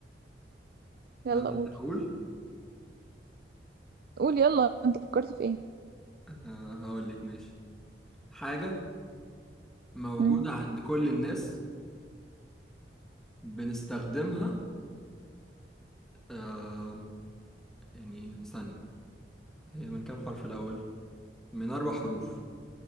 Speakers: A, on the right; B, in the centre.
A: يلا
B: انا
A: قول
B: هقول
A: قول يلا انت فكرت في ايه
B: آه، هقول لك ماشي حاجه موجوده
A: امم
B: عند كل الناس بنستخدمها آم، يعني ثانيه هي من كام حرف الاول من اربع حروف